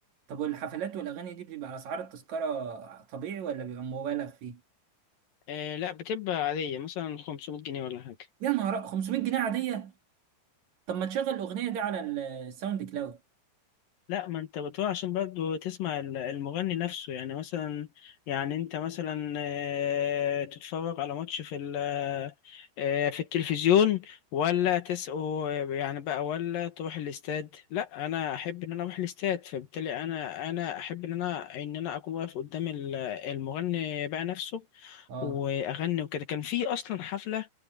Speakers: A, on the right; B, on the left.
A: طب والحفلات والأغاني دي بتبقى أسعار التذكرة طبيعي ولا بيبقى مبالغ فيه
B: آه لا بتبقى عاديه مثلا 500 جنيه ولا حاجه
A: يا نهار أ- 500 جنيه عادية طب ما تشغل الأغنية دي على ال- الساوند كلاود
B: لا ما انت بتقول عشان برضه تسمع ال- المغني نفسه يعني مثلا يعني انت مثلا آه، تتفرج على ماتش في ال- آه، في التلفزيون ولا تسقه يعني بقى ولا تروح الاستاد لا انا احب ان انا اروح الاستاد فبالتالي انا انا احب ان انا ان انا اكون واقف قدام ال- المغني بقى نفسه
A: اه
B: واغني وكده كان في اصلا حفلة